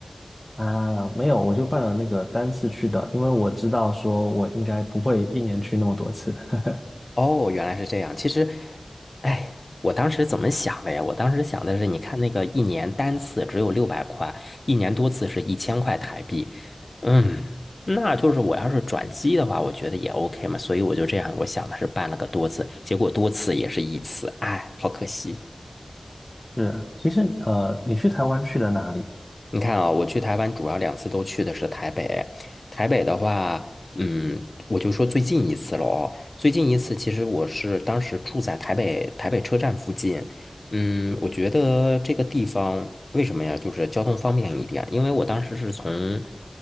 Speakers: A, on the left (about 15°); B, on the left (about 50°).
A: 啊，没有，我就办了那个单次去的，因为我知道说我应该不会一年去那么多次。<laughs>
B: 哦，原来是这样。其实，哎，我当时怎么想的呀？我当时想的是，你看那个一年单次只有六百块，一年多次是一千块台币。嗯，那就是我要是转机的话，我觉得也 OK 嘛。所以我就这样，我想的是办了个多次，结果多次也是一次，哎，好可惜。
A: 是，其实呃，你去台湾去了哪里？
B: 你看啊，我去台湾主要两次都去的是台北。台北的话，嗯，我就说最近一次了哦。最近一次，其实我是当时住在台北台北车站附近。嗯，我觉得这个地方为什么呀？就是交通方便一点，因为我当时是从